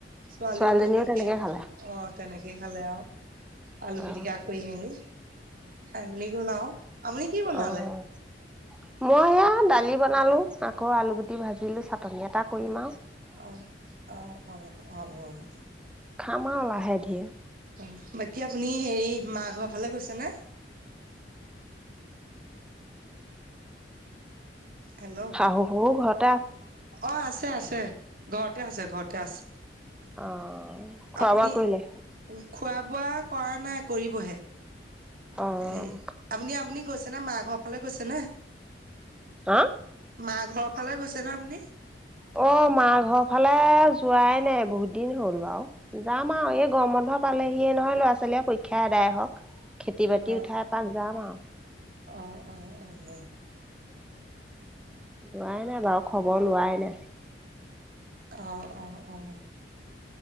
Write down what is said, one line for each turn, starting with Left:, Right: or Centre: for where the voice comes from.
Right: ছোৱালীও
Centre: ছোৱালীজনীও
Right: তেনেকে,
Centre: খালে,
Right: অত তেনেকে খালে আৰু, আলু
Centre: অ',
Right: পিটিকা কৰি মেলি। খাই মেলি গ'ল আৰু। আপুনি কি বনালে
Centre: অ', মই এয়া দালি বনালো, আকৌ আলুগুটি ভাজিলো, চাটনি এটা কৰিম আৰ।
Right: অ', অ', অ', অ'।
Centre: খাম আৰু লাহে ধিৰে।
Right: উম, বাকী আপুনি হেৰি মা ঘৰৰ ফালে গৈছেনে? হেল্ল'
Centre: শাহু শহু ঘৰত।
Right: অ', আছে আছে। ঘৰতে আছে, ঘৰতে আছে।
Centre: অ', খোৱা
Right: আপুনি
Centre: বোৱা কৰিলে?
Right: উম, খোৱাব পোৱা কৰা নাই কৰিবহে।
Centre: অ',
Right: এই, আপুনি আপুনি গৈছে মা ঘৰৰ ফালে গৈছেনে?
Centre: হা?
Right: মা ঘৰৰ ফালে গৈছেনে আপুনি?
Centre: অ' মাৰ ঘৰ ফালে যোৱাই নাই বহুত দিন হ'ল বাৰু। যাম আৰু এই গৰম বন্ধ পালেহিয়ে নহয় ল'ৰা ছোৱালীয়ে পৰীক্ষা এডায় হওঁক। খেতি বাতি
Right: অ
Centre: উঠাই পাক যাম আৰু।
Right: অ', অ', অহ।
Centre: যোৱায়ে নাই বাৰু খবৰ লোৱাই নাই।
Right: আ, অ', অ'।